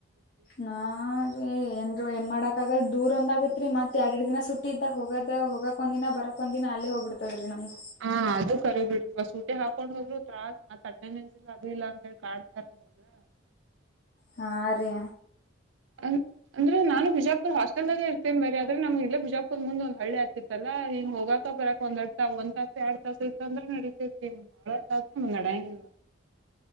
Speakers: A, on the left; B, on the right.
A: ನಾನ ರೀ ಏನ್ ಏನ್ ಮಾಡಕ್ ಆಗಲ್ ದೂರ ಒಂದ ಆಗತ್ರಿ ಮತ್ ಎಡ ಎಡು ದಿನ ಸುಟ್ಟಿ ಸುಟಿ ಇದ್ದಾಗ ಹೋಗದ ಹೋಗಕ ಒಂದಿನ ಬರಕ್ ಒಂದಿನ ಅಲ್ಲೇ ಹೋಗ್ಬಡ್ತದ ರೀ ನಮ್ದ
B: ಹಾ ಅದು ಕರಿ ಬಿಡ್ರಿ ಸೂಟಿ ಹಾಕೊಂಡ್ ಹೋದ್ರು ತಾ ಮತ್ ಅಟೆಂಡೆನ್ಸ್ ಇಲ್ಲ ಅದು ಇಲ್ಲ ಅಂತ ಕಾಡುತ್ತಾರೆ. ಹೌದಾ
A: ಹಾ ರಿ
B: ಅ ಅಂದ್ರೆ ನಾನು ಬಿಜಾಪುರ ಹಾಸ್ಟೆಲ್ದಾಗ ಇರ್ತೇನ್ ಬರೀ ಆದ್ರೆ ನಮ್ ಇಲ್ಲ ಬಿಜಾಪುರ ಮುಂದ ಒಂದ ಹಳ್ಳಿ ಆಗ್ತಿತ್ತಲ್ಲ ಹಿ ಹೋಗಕ ಬರಕ್ ಒಂದ್ಡ್ ಒಂದ್ ತಾಸ ಎರಡ್ ತಾಸ ಇತ್ತ್ ಅಂದ್ರೆ ನಡಿತತಿ ಬಾಳತ್ತ ಆದ್ರೆ ನಡಂಗಿಲ್ಲ ನಮಗ